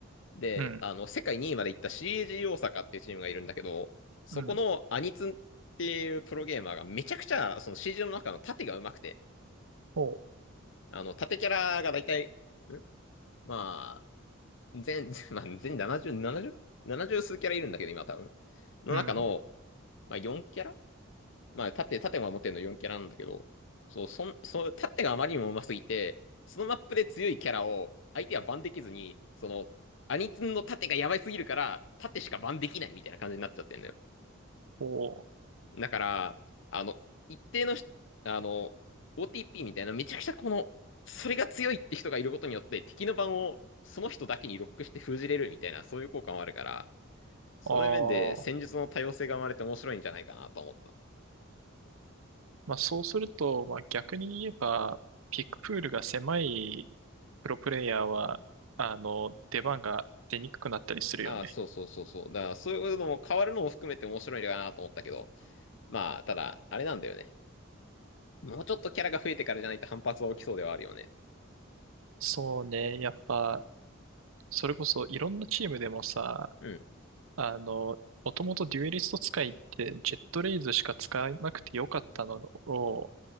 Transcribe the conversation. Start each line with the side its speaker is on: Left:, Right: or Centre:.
Left: で、
Right: うん、
Left: あの、世界2位まで行った CAG 大阪っていうチームがいるんだけど、そこのアニツンっていうプロゲーマーがめちゃくちゃ、
Right: うん、
Left: その CG の中の縦が上手くて、
Right: おう、
Left: あの、縦キャラがだいたい、んまあ、全、<laughs> まあ、全70、70、70数キャラいるんだけど、今多分。の中の、
Right: うん、
Left: まあ、4キャラまあ、縦、縦も持ってるの4キャラなんだけど、そう、そん、そう、縦があまりにも上手すぎて、そのマップで強いキャラを相手はバンできずに、その、アニツンの縦がやばいすぎるから、縦しかバンできないみたいな感じになっちゃってんのよ。
Right: おう、
Left: だから、あの、一定のし、あの、OTP みたいな、めちゃくちゃこの、それが強いって人がいることによって、敵の番をその人だけにロックして封じれるみたいな、そういう効果もあるから、そういう面で戦術の多様性が生まれて面白いんじゃないかなと思った。
Right: ああ、まあそうすると、まあ逆に言えば、ピックプールが狭いプロプレイヤーは、あの、出番が出にくくなったりするよね。
Left: ああ、そうそうそうそう。だから、そういうのも変わるのも含めて面白いのかなと思ったけど、まあ、ただ、あれなんだよね。もうちょっとキャラが増えてからじゃないと反発は起きそうではあるよね。
Right: そうね、やっぱ、それこそいろんなチームでもさ、
Left: うん、
Right: あの、もともとデュエリスト使いってジェットレイズしか使わなくてよかったのを、